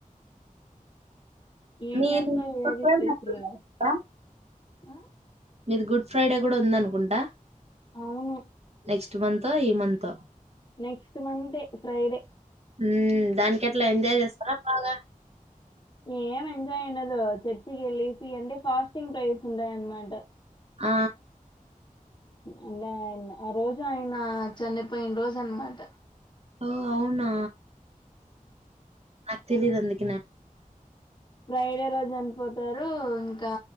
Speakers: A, on the left (about 35°); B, on the right (about 45°).
A: ఏమ్
B: మీది
A: చేస్తావ్
B: గుడ్
A: ఏంటి
B: ఫ్రైడే
A: స్పెషలు
B: ఉందా?
A: ఆ
B: మీది గుడ్ ఫ్రైడే కూడా ఉంద అనుకుంటా
A: అవును
B: నెక్స్ట్ ఇస మంతా ఈ మంతా
A: నెక్స్ట్ మండే ఫ్రైడే
B: ఉ దానికి ఎట్లా ఎంజాయ్ చేస్తారా పాగా
A: ఏం ఎంజాయ్ అయిదు చర్చికి వెళ్ళసి అంటే ఫాస్టింగ్ ప్రైస్ ఉంటయన్నమాట
B: ఆ
A: అంట ఆయ ఆ రోజు ఆయన చన్నపోయిన రోజు అన్నమాట
B: ఓ అవునా నాకు తెలీదు అందుకి న
A: ఫ్రైడే రోజు చనిపోతారు ఇంకా